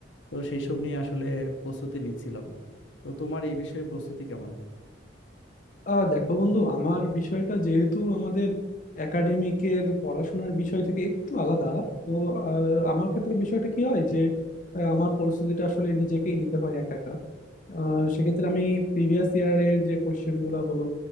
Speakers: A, on the left; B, on the left.
A: তো সেই সব নিয়ে আসলে প্রস্তুতি নিচ্ছিলাম তো তোমার এই বিষয়ে প্রস্তুতি কেমন
B: আহ দেখো বন্ধু আমার বিষয়টা যেহেতু আমাদের একাডেমিকের পড়াশোনার বিষয় থেকে একটু আলাদা তো আহ, আমার ক্ষেত্রে বিষয়টা কি হয় যে আহ, আমার পরিস্থিতিটা আসলে নিজেকেই নিতে হয় একা একা আহ, সেক্ষেত্রে আমি প্রিভিয়াস ইয়ারের যে কোয়েশ্চেন গুলা বলো